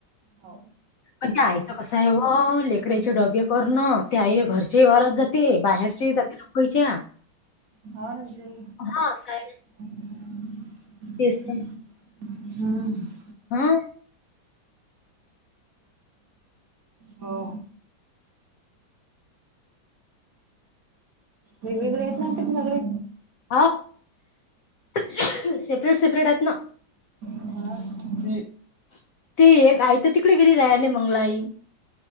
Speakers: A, on the right; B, on the left.
A: हो
B: पण ते आईचं कसं आहे वो लेकरेचे डबे करणं ते आईले घरच्या वरात जात ते बाहेरचे
A: हो
B: जाते
A: हो
B: लोकयच्या
A: ना विजय
B: हा सा
A: <unintelligible>
B: तेच तर.
A: हम्म.
B: हम्म.
A: हो. वेग वेगळे आहेत ना ते सगळे.
B: हा. सेपरेट, सेपरेट हायंत ना.
A: मग
B: हम्म. ती एक आई तर तिकडे गेली राहिले मंगला आई.